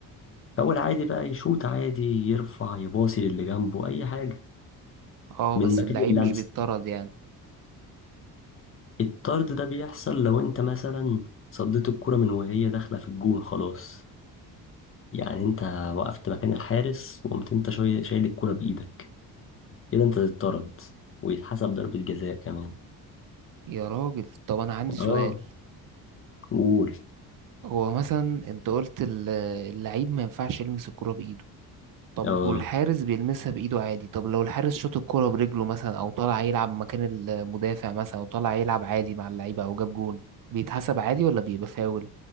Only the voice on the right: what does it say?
اه
بس
اللعيب
مش بيتطرد يعني
يا راجل طب انا عندي سؤال
هو مثلا انت قلت ال- اللعيب ما ينفعش يلمس الكرة بايده طب
والحارس بيلمسها بايده عادي طب لو الحارس شاط الكرة برجله مثلا او طالع يلعب مكان المدافع مثلا او طالع يلعب عادي مع اللعيبة او جاب جون بيتحسب عادي ولا بيبقى فاول